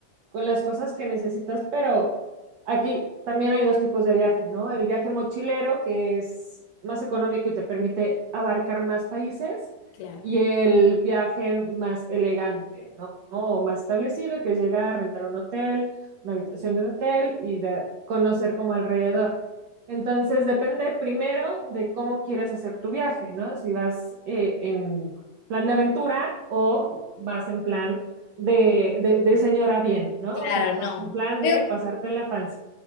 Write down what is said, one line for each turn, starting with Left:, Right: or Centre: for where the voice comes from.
Right: con las cosas que necesitas, pero aquí también hay dos tipos de viaje, ¿no? El viaje mochilero, que es más económico y te permite abarcar más países,
Left: Claro.
Right: y el viaje más elegante, ¿no? O más establecido, que es llegar, rentar un hotel una habitación de un hotel y de conocer como alrededor. Entonces, depende primero de cómo quieres hacer tu viaje, ¿no? Si vas eh, en plan de aventura o vas en plan de, de, de señora bien, ¿no?
Left: Claro,
Right: O sea, vas
Left: no.
Right: en plan
Left: Creo,
Right: de pasarte la fancy.